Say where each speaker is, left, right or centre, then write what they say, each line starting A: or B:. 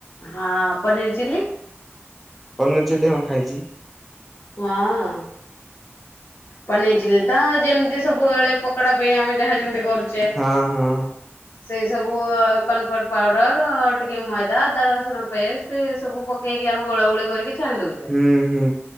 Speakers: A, on the left; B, in the centre.
A: ହଁ ପନିର ଚିଲ୍ଲି?
B: ପନିର ଚିଲି ହଁ ଖାଇଛି।
A: ହଁ। ପନିରଚିଲି ତ ଯେମିତି ସବୁବେଳେ ପକଡା ପାଇଁ ଆମେ ଯାହ ଯେମିତି କରୁଚେ।
B: ହଁ ହଁ
A: ସେଇ ସବୁ କନଫଟ ପାଉଡର ଟିକେ ମଇଦା ଅଦା ରସୁଣ ପେଷ୍ଟ। ରେ ସବୁ ପକେଇକି ଆମେ ଗୋଳା ଗୋଳି କରିକି ଛାଣି ଦଉ।
B: ହୁଁ ହୁଁ